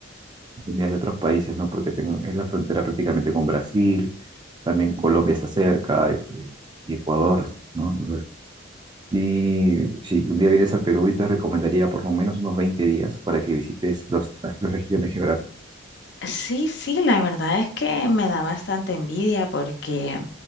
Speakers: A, on the right; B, on the left.
A: comidas de otros países, ¿no? Porque ten- es la frontera prácticamente con Brasil, también Colombia está cerca, y, y Ecuador, ¿no? Entonces, sí, si un día vienes a Perú, y te recomendaría por lo menos unos 20 días para que visites los- las tres regiones geográficas.
B: Sí, sí, la verdad es que me da bastante envidia porque